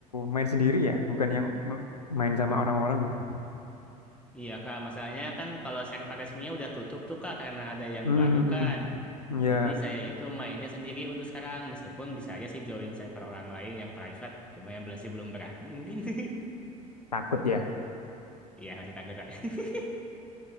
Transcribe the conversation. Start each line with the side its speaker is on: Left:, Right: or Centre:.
Left: main sendiri ya, bukan yang m- main sama orang-orang tuh.
Centre: Iya kak, masalahnya kan kalau server resminya udah tutup tuh kak karena ada yang
Left: Hmm,
Centre: baru
Left: hmm,
Centre: kan.
Left: hmm, hmm. ya
Centre: Jadi saya itu mainnya sendiri untuk sekarang, meskipun bisa aja sih join server orang lain yang private, cuma yang masih belum berani mungkin. <laughs>
Left: takut ya.
Centre: Iya, masih takut lah. <laughs>